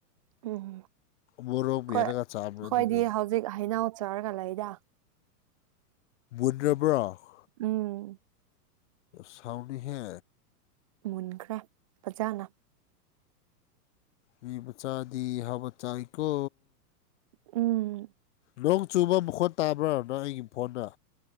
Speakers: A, on the right; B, on the left.
A: ꯎꯝ
B: ꯃꯣꯔꯣꯛ
A: ꯈꯣꯏ
B: ꯃꯦꯠꯂꯒ
A: ꯑꯩꯈꯣꯏꯗꯤ
B: ꯆꯥꯕ꯭ꯔꯥ ꯑꯗꯨꯒꯤ
A: ꯍꯧꯖꯤꯛ ꯍꯩꯅꯧ ꯆꯥꯔꯒ ꯂꯩꯗ
B: ꯨꯙꯕꯣ <unintelligible>
A: ꯎꯝ
B: ꯁꯥꯎꯅꯤꯍꯦ
A: ꯃꯨꯟꯈ꯭ꯔꯦ ꯐꯖꯅ
B: ꯃꯤꯕꯆꯥꯥꯗꯤ ꯍꯥꯕ ꯆꯥꯏꯀꯣ
A: ꯎꯝ
B: ꯅꯣꯡ ꯆꯨꯕ ꯃꯈꯣꯟꯠ ꯇꯥꯕ꯭ꯔꯥꯅꯪ ꯑꯩꯒꯤ ꯐꯣꯟꯗ